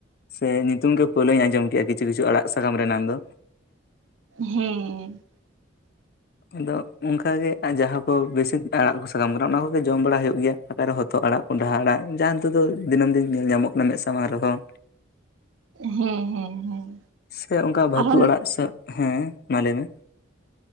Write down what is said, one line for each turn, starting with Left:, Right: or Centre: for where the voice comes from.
Left: ᱥᱮ ᱧᱩᱛᱩᱢ ᱜᱮ ᱯᱳᱭᱞᱟᱹᱧ ᱟᱸᱡᱚᱢ ᱠᱮᱜᱼᱟ ᱠᱤᱪᱷᱩ ᱠᱤᱪᱷᱩ ᱟᱲᱟᱜ ᱥᱟᱠᱟᱢ ᱨᱮᱱᱟᱝ ᱫᱚ
Right: ᱦᱮᱸ
Left: ᱟᱫᱚ ᱚᱱᱠᱟ ᱜᱮ ᱡᱟᱦᱟᱸ ᱠᱚ ᱵᱮᱥᱤ ᱟᱲᱟᱜ ᱥᱟᱠᱟᱢ ᱠᱟᱱᱟ ᱚᱱᱟ ᱠᱚᱜᱮ ᱡᱚᱢ ᱵᱟᱲᱟ ᱦᱩᱭᱩᱜ ᱜᱮᱭᱟ ᱥᱟᱫᱟᱨᱚᱱ ᱦᱚᱲ ᱛᱚ ᱟᱲᱟᱜ ᱠᱚᱸᱰᱷᱟ ᱟᱲᱟᱜ ᱡᱟᱦᱟᱸ ᱛᱮᱫᱚ ᱫᱤᱱᱟᱹᱢ ᱫᱤᱱ ᱧᱮᱞ ᱧᱟᱢᱚᱜ ᱠᱟᱱᱟ ᱢᱮᱫ ᱥᱟᱢᱟᱝ ᱨᱮᱫᱚᱸ
Right: ᱦᱮᱸ ᱦᱮᱸ ᱦᱮᱸ
Left: ᱥᱮ ᱚᱱᱠᱟ ᱵᱷᱟᱛᱩ
Right: ᱟᱨᱦᱚᱸ
Left: ᱟᱲᱟᱜ ᱥᱮ ᱦᱮᱸ ᱢᱟ ᱞᱟᱹᱭ ᱢᱮ